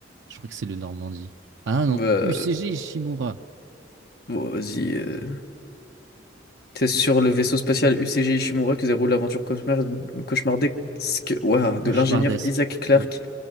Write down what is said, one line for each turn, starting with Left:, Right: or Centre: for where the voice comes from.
Right: Je crois que c'est le Normandie. Ah non,
Left: Bah,
Right: UCG Ishimura.
Left: bon, vas-y. euh. C'est sur le vaisseau spatial UCG Ishimura que déroule l'aventure cauchemar- cauchemardesque ouah,
Right: Cauchemardesque.
Left: de l'ingénieur Isaac Clarke
Right: Ouais.